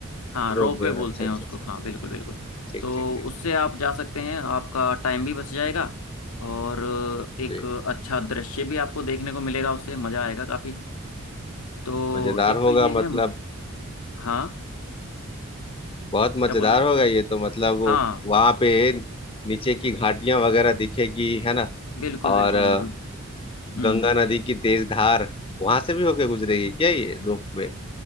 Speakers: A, on the left; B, on the left.
A: हाँ रोप
B: रोप
A: वे
B: वे
A: बोलते
B: अच्छा
A: हैं
B: अच्छा
A: उसको
B: अच्छा
A: हाँ बिल्कुल बिल्कुल
B: ठीक
A: तो
B: ठीक ठीक
A: उससे आप जा सकते हैं आपका टाइम भी बच जाएगा और अ, एक
B: जी
A: अच्छा दृश्य भी आपको देखने को मिलेगा उससे मज़ा आएगा काफ़ी तो
B: मजेदार
A: एक
B: होगा
A: तो ये
B: मतलब
A: है हाँ
B: बहुत मजेदार
A: क्या बोल रहे
B: होगा ये तो मतलब
A: हाँ
B: वहां पे नीचे की घाटियां वगैरह दिखेगी है ना
A: बिल्कुल बिल्कुल
B: और अ,
A: बिल्कुल हम्म
B: गंगा नदी की तेज धार वहां से भी होके गुजरेगी क्या ये रोप वे